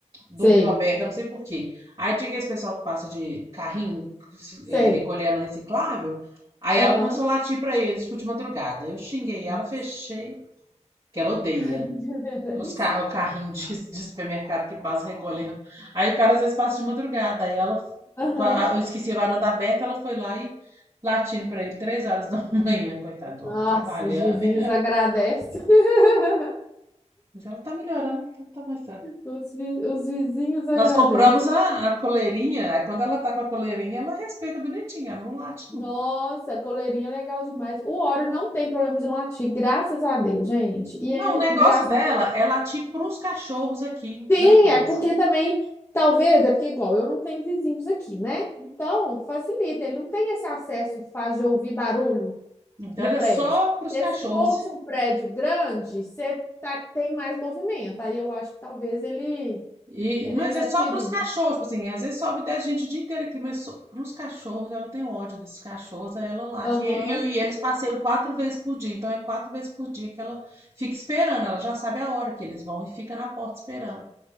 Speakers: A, on the right; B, on the left.
A: dormiu
B: sei,
A: aberta, não sei por quê. Aí tinha aquele pessoal que passa de carrinho,
B: sei.
A: é, recolhendo reciclável. Aí
B: Aham.
A: ela começou a latir pra eles, tipo, de madrugada. Eu xinguei
B: Nossa.
A: ela, fechei, que ela odeia.
B: Ai, <laughs> que merece.
A: Os ca- o carrinho de, de supermercado que passa recolhendo. Aí o cara às vezes passa de madrugada. Aí ela,
B: Aham.
A: com a- eu esqueci a varanda aberta, ela foi lá e latindo pra ele três horas da <laughs> manhã, coitado do
B: Nossa,
A: homem, trabalhando.
B: os vizinhos
A: né?
B: agradecem. <laughs>
A: Mas ela tá melhorando, tá, tá mais
B: Os, vi- os vizinhos agradecem.
A: Nós compramos a, a coleirinha, aí quando ela tá com a coleirinha, ela respeita bonitinha, ela não late,
B: Nossa,
A: não.
B: coleirinha é legal demais. O Oreo não tem problema de latir, graças a Deus, gente.
A: Não,
B: E é
A: o negócio
B: engraçado.
A: dela é latir pros cachorros aqui,
B: Sim,
A: da coisa.
B: é porque também, talvez, é porque igual, eu não tenho vizinhos aqui, né? Então, facilita. Ele não tem esse acesso fácil de ouvir barulho
A: O dela
B: no prédio.
A: é só pros
B: Porque
A: cachorros.
B: se fosse um prédio grande, você tá- tem mais movimento. Aí eu acho que talvez ele,
A: E,
B: ele
A: mas
B: latiria.
A: é só pros cachorros, tipo assim, às vezes sobe 10 gente o dia inteiro aqui, mas só, pros cachorros ela tem ódio desses cachorros, aí ela late.
B: Aham,
A: E, e, e eles passeiam quatro vezes por dia, então é quatro vezes por dia que ela fica esperando, ela já sabe a hora que eles vão e fica na porta esperando.